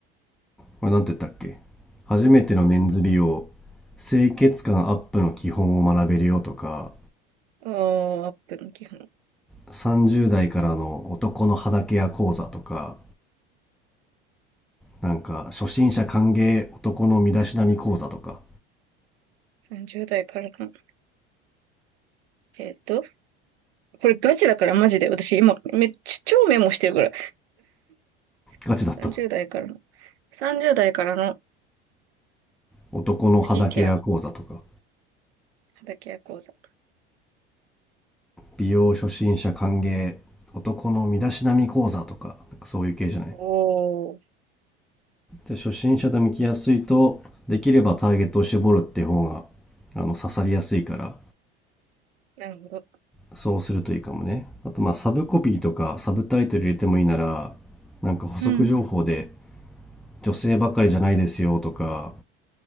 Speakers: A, in the centre; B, on the right (about 85°).
A: これなんて言ったっけ初めてのメンズ美容清潔感アップの基本を学べるよとか
B: あーアップの基本。
A: 30代からの男の肌ケア講座とかなんか初心者歓迎男の身だしなみ講座とか
B: 30代からの。えっと、これガチだからマジで。私今、めっちゃ超メモしてるから。<laughs>
A: ガチだった
B: 30代からの。30代からの
A: 男の肌ケア講座とか
B: スキンケア、肌ケア講座。
A: 美容初心者歓迎男の身だしなみ講座とかなんかそういう系じゃない
B: おー、
A: で初心者と向きやすいとできればターゲットを絞るって方があの刺さりやすいから
B: なるほど。
A: そうするといいかもね。あとまあサブコピーとかサブタイトル入れてもいいなら、なんか補足情報で
B: うん、
A: 女性ばかりじゃないですよとか